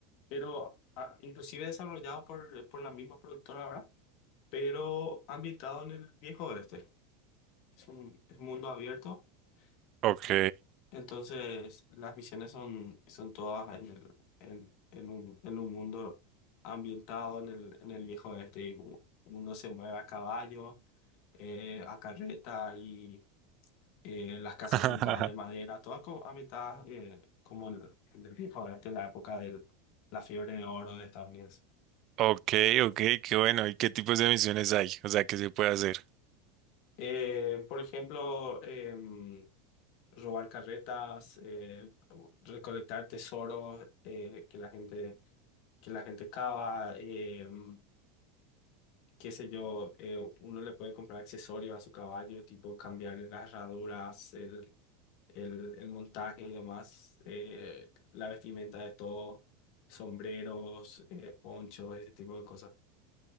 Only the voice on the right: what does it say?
Ok.
<laughs>
Ok, ok, qué bueno. ¿Y qué tipos de misiones hay? O sea, ¿qué se puede hacer?